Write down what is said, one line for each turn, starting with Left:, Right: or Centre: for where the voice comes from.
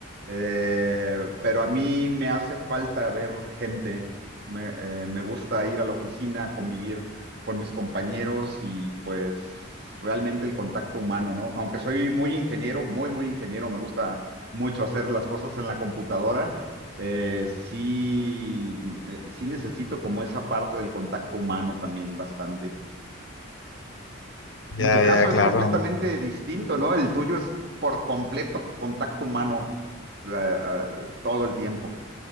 Right: eh, pero a mí me hace falta ver gente, me, eh, me gusta ir a la oficina, convivir con mis compañeros y pues realmente el contacto humano, ¿no? Aunque soy muy ingeniero, muy, muy ingeniero, me gusta mucho hacer las cosas en la computadora, eh, sí, eh, sí necesito como esa parte del contacto humano también bastante.
Left: Ya,
Right: En tu caso
Left: ya,
Right: es
Left: claro.
Right: completamente distinto, ¿no? El tuyo es por completo contacto humano eh, eh, todo el tiempo.